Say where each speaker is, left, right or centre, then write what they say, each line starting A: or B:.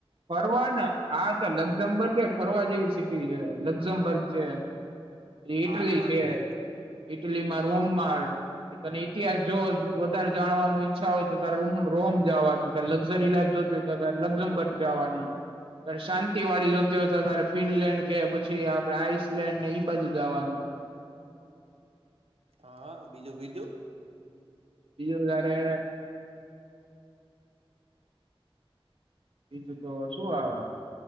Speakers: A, on the right; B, on the right.
A: ફરવા ન. આ તો લક્ઝમબર્ગ કાઈ ફરવા જેવી સિટી છે. લક્ઝમબર્ગ છે. એ ઈટલી
B: હા પણ
A: છે.
B: ઈ
A: ઈટલીમાં
B: ઈ
A: રોમ માર. ઈ તને ઈતિહાસ જો જાણવાનું ઈચ્છા હોય તો તાર રોમ રોમ જાવાનું. તાર લક્ઝરી લાઈફ જોતી હોય તો તારે લક્ઝમબર જાવાનું. તાર શાંતિ વાળી જોતી હોય તો તારે ફિનલેન્ડ કે પછી આપડે આઈસલેન્ડ ને ઈ બાજુ જાવાનું.
B: હન બીજું બીજું.
A: <unintelligible> તારે બીજું તો શું આવે